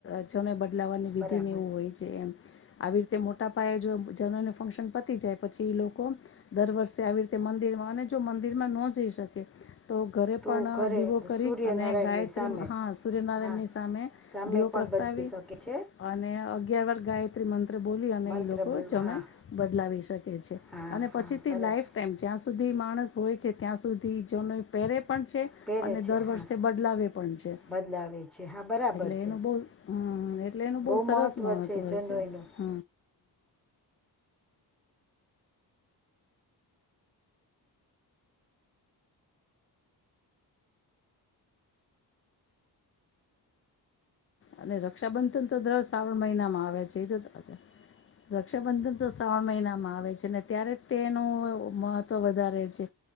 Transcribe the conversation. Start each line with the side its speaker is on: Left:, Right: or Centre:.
Left: છેને બ લાવવાની વિધિને
Centre: બરાબર
Left: એવું હોય છે એમ આવી રીતે મોટા પાયે જો જનોઈનો ફંક્શન પતી જાય પછી એ લોકો દર વર્ષે આવી રીતે મંદિરમાં અને જો મંદિરમાં ન જઈ શકે તો ઘરે
Centre: તો
Left: પણ
Centre: ઘરે
Left: દીવો કરી
Centre: સૂર્યનારાયણની
Left: અને ગાયત્રી
Centre: સામે
Left: હા સૂર્યનારાયણની
Centre: હા
Left: સામે
Centre: સામે
Left: દીવો
Centre: પણ
Left: પ્રગટાવી
Centre: બદલી શકે છે
Left: અને ગેવર ગાયત્રી મંદ બોલી અને
Centre: મંત્ર
Left: એ લોકો
Centre: બોલ
Left: જનોઈ
Centre: હા
Left: બદલાવી શકે છે
Centre: હા
Left: અને
Centre: હા
Left: પછીથી
Centre: બરાબર
Left: લાઈફ ટાઈમ જ્યાં સુધી સુધી માણસ હોય છે ત્યાં સુધી જનોઈ પેરે છે
Centre: પહેરે
Left: અને દર
Centre: છે
Left: વર્ષે
Centre: હા
Left: બદલાવે પણ છે
Centre: બદલાવે છે હા બરાબર
Left: એટલે
Centre: છે
Left: એનું બૌ હમ એટલે એનું બૌ
Centre: બહુ
Left: સરસ
Centre: મહત્ત્વ
Left: મહત્વ
Centre: જનોયનું
Left: છે હ. અને રક્ષાબંધન તો દ્ર શ્રાવણ મહિનામાં આવે છે રક્ષાબંધન તો શ્રાવણ મહિનામાં આવે છે અનેને ત્યારે તેનું મહત્વ વધારે છે